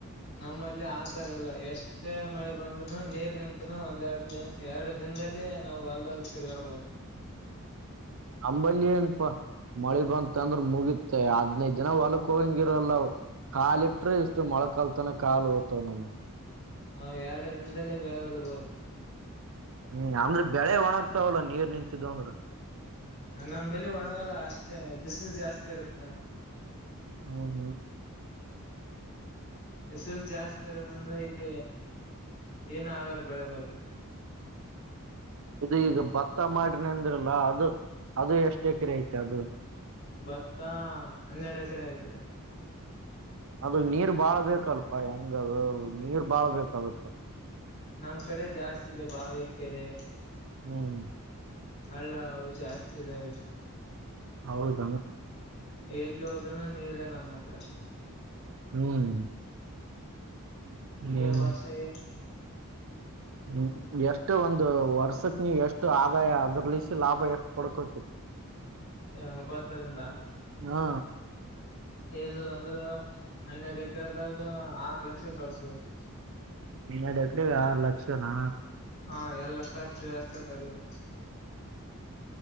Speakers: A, on the left; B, on the right.
A: ನಮ್ಮಲ್ಲಿ ಆತರ ಇಲ್ಲ ಎಷ್ಟೇ ಮಳೆ ಬಂದನೂರು ನೀರ್ ನಿಂತನ ಒಂದ್ಒಂದೇ ಎರಡು ದಿನದಲ್ಲಿೇ ನಾವು ಹೊಲ್ದಾಗ ತಿರ್ಗಾಡಬಹುದು.
B: ನಮಲ್ಲಿ ಏನಪ್ಪಾ. ಮಳಿ ಬಂತ ಅಂದ್ರ ಮುಗಿತೆ ಹದಿನೈದು ದಿನ ಹೊಲಕ್ ಹೋಗಿಂಗಿರಲ್ಲ. ಕಾಲಿಟ್ರೆ ಇಷ್ಟು ಮೊಳ ಕಲ್ತಾನ ಕಾಲುತನಕ ಕಾಲು ಹೋತವ್ ನಮ್ದು.
A: ನಾವು ಎರಡದಿಂದಲೇ ಗಳೇ ಹೊಡಿಯಬಹುದು.
B: ಹ್ಮ್ ಅಂದ್ರೆ ಬೆಳೆ ಒಣಗ್ತಾವಲ್ಲ ನೀರ್ ನಿಂತಿದ್ದ್ ಅಂದ್ರ.
A: ನಮ್ಮ ಬೆಲಿ ಒಣಗಲ್ಲ ಅಷ್ಟೇ ಬಿಸಿಲು ಜಾಸ್ತಿ ಇರುತ್ತಾ.
B: ಹ್ಮ್ ಹ್ಮ್.
A: ಬಿಸಿಲು ಜಾಸ್ತಿ ಇರೋದ್ರಿಂದ ಇಲ್ಲಿ ಏನ ಆಗಲ್ಲ ಬೆಳೆಬೆಳಗ್ಗೆ.
B: ಇದು ಈಗ ಭತ್ತ ಮಾಡ್ರನ ಅಂದ್ರಲ್ಲ ಅದು ಅದು ಎಷ್ಟ ಎಕರೆ ಐತೆ ಅದು.
A: ಭತ್ತ ಹನ್ನೆರಡು ಎಕರೆ ಐತ್ರಿ.
B: ಅದು ನೀರ್ ಬಾಳ್ ಬೇಕಲ್ಪ ಹೆಂಗದು ನೀರ್ ಬಾಳ್ ಬೇಕಾಗುತ್ತೆ..
A: ನಮ್ ಕಡೆ ಜಾಸ್ತಿ ಇದೆ ಬಾವಿ ಕೆರೆ.
B: ಹ್ಮ್
A: ಹಳ್ಳ ಜಾಸ್ತಿ ಇದಾವೆ ಇದು.
B: ಹೌದ
A: ಎಲ್ಲಿ ಹೋದ್ರನ ನೀರೇ ನಮ್ಮ ಹತ್ರ.
B: ಹ್ಮ್ ಹ್ಮ್
A: ಭತ್ತ ಏನ್.
B: ಹ್ಮ್, ಎಷ್ಟು ಒಂದು ವರ್ಷಕ್ ನೀವ್ ಎಷ್ಟು ಆದಾಯ ಅದ್ರಲೆಸಿ ಲಾಭ ಎಷ್ಟು ಪಡ್ಕೋತಿರಿ <inaudible>
A: ಏಯ್ ಭತ್ತದಿಂದಾ
B: ಹಾ,
A: ಏನಿಲ್ಲಾ ಅಂದ್ರ ಹನ್ನೆರಡ್ ಎಕರೆದಾಗ ಆರ್ ಲಕ್ಷ ಗಳಸ್ಬೋದು.
B: ಹನ್ನ್ನೆರಡ ಎಕ್ರಗ ಆರು ಲಕ್ಷನಾ
A: ಹಾ, ಎಲ್ಲ ಖರ್ಚು ವೆಚ್ಚ ತೆಗದು.